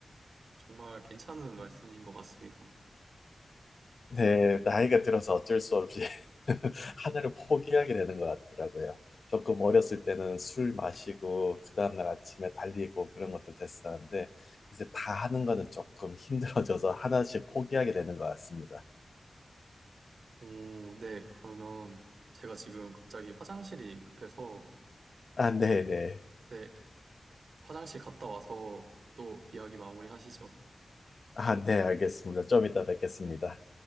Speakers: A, on the right; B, on the left.
A: 정말 괜찮은 말씀인 것 같습니다.
B: 네, 나이가 들어서 어쩔 수 없이 <laughs> 하늘을 포기하게 되는 것 같더라고요. 조금 어렸을 때는 술 마시고 그 다음날 아침에 달리고 그런 것들 됐었는데 이제 다 하는 거는 조금 힘들어져서 하나씩 포기하게 되는 것 같습니다.
A: 오, 네. 그러면 제가 지금 갑자기 화장실이 급해서,
B: 아, 네네.
A: 네, 화장실 갔다 와서 또 이야기 마무리 하시죠.
B: 아, 네, 알겠습니다. 좀 이따 뵙겠습니다.